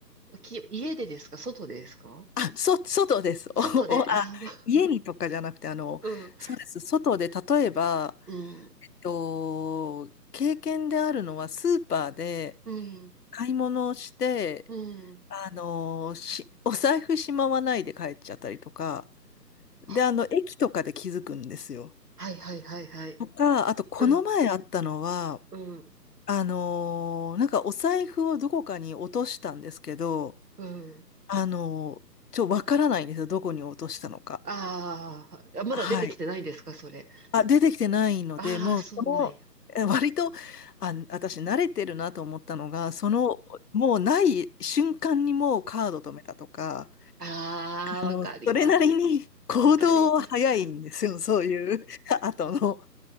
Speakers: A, on the right; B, on the left.
A: き、家でですか外でですか
B: あ、そ、外です。
A: 外で、
B: <laughs> お、お、
A: あ、
B: あ、
A: <laughs>
B: 家にとかじゃなくて、あの、
A: うん、
B: そうです。外で、例えば、
A: うん、
B: えっと、経験であるのはスーパーで
A: うん、
B: 買い物をして、
A: うん。
B: あのーし、お財布しまわないで帰っちゃったりとか、
A: あ、
B: で、あの、駅とかで気づくんですよ。
A: はいはいはいはい。
B: とか、あと、この前あったのは、
A: うん、うん、
B: あのーなんかお財布をどこかに落としたんですけど、
A: うん。
B: あのーちょ、わからないんですよ。どこに落としたのか。
A: あーあ、まだ出てきてないんですかそれ。
B: はい。あ、出てきてないので、
A: ああ、
B: もう、
A: そうなんや。
B: その、え割と、あ、私慣れてるなと思ったのが、その、もうない瞬間にもうカード止めたとか、
A: ああ、わかります。
B: あの、それなりに行動は早いんですよ、
A: わかります。
B: <laughs> そういう <laughs> 後の。